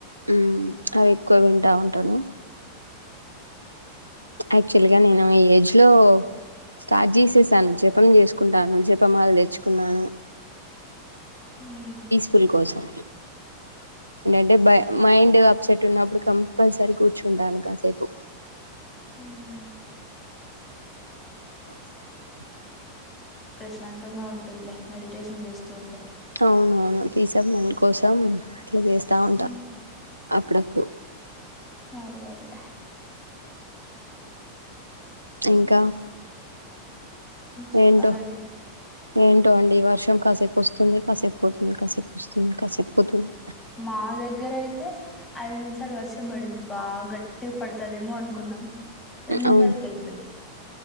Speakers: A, on the right; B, on the left.
A: ఉమ్ అవి ఎక్కువ వింటా ఉంటాను. యాక్చువల్ గా నేను ఏజ్ లో స్టార్ట్ జేసేసాను జపం చేసుకుంటాను జపమాల తెచ్చుకున్నాను
B: హమ్
A: ఆపిల్ కోసం ఏంటంటే బ మైండ్ అప్సెట్ ఉన్నప్పుడు కంపల్సరీ కూర్చుంటాను. కాసేపు
B: ఉమ్
A: <unintelligible>
B: ప్రశాంతంగా ఉంటుందిలే మెడిటేషన్ చేస్తూ ఉంటే
A: అవునవును పీస్ ఆఫ్ మైండుకోసం అట్లా చేస్తా ఉంటా
B: ఉమ్
A: అప్పుడప్పుడు
B: అదే అదే ఉమ్,
A: ఇంకా
B: చెప్పాలండి
A: ఏంటో ఏంటో అండి ఈ వర్షం కాసేపు వస్తుంది కాసేపు పోతుంది కాసేపు వస్తుంది కాసేపు పోతుంది
B: మా దగ్గర అయితే ఐదు నిమిషాలు వర్షం పడింది బాగా గట్టిగా పడుతుదేమో అనుకున్నాం రెండు నిమిషాల
A: అవును
B: ఎల్పోయింది